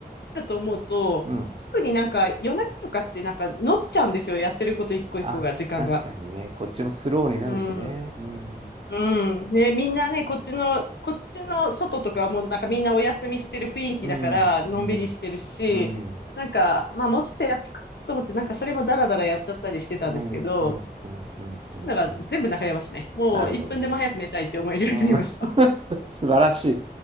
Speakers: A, on the left; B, on the right.
A: だと思うと、
B: うん。
A: 特になんか夜中とかってなんか伸びちゃうんですよ。やってること一個一個が、
B: あ、
A: 時間が。
B: 確かにね、こっちもスローになるしね。
A: うん。
B: うん、
A: うん。ね、みんなね、こっちの、こっちの外とかはもうなんかみんなお休みしてる雰囲気だから、
B: うん、
A: のんびりしてるし、
B: うん。うん。
A: なんか、まあもうちょっとやっとくと思って、なんかそれもダラダラやっちゃったりしてたんですけど、
B: うん。うん。うん。うん。うん。
A: だから全部中山市ね。
B: うん
A: もう1分でも早く寝たいって思えるようになりました。
B: なるほどね。うん。<laughs> 素晴らし